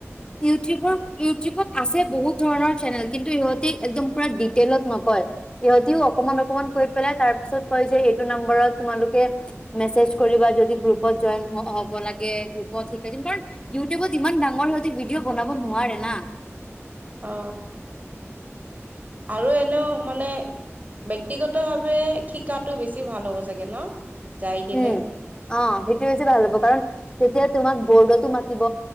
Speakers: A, on the left (about 20°); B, on the right (about 35°).
A: ইউটিউবৰ, ইউটিউবত আছে বহুত ধৰণৰ চেনেল। কিন্তু ইহতি একদম পুৰা ডিটেইলত নক কয়, সিহঁতিও অকণমান অকণমান কৈ পেলাই তাৰ পাছত কয় যে, এইটো নম্বৰত তোমালোকে মেছেজ কৰিবা, যদি গ্ৰুপত জইন হব লাগে, গ্ৰুপত শিকাই দিম, কাৰন ইউটিউবত ইমান ডাঙৰ হৈ ভিডিঅ' বনাব নোৱাৰে না।
B: অ। আৰু এনেও মানে ব্যক্তিগত ভাৱে শিকাতো বেছি ভাল হ'ব চাগে ন? যাই কিনে।
A: উম অ সেইটো বেছি ভাল হ'ব কাৰণ তেতিয়া তোমাক বৰ্ডতো মাতিব